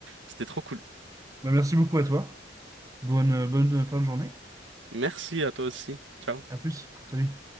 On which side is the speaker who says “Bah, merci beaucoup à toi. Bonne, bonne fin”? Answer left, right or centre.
Right